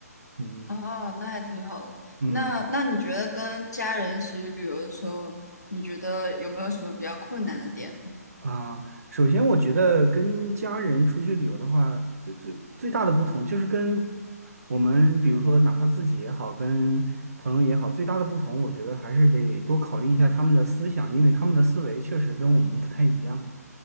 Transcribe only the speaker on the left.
哦，那还挺好的。
那那你觉得跟家人一起去旅游的时候，你觉得有没有什么比较困难的点呢？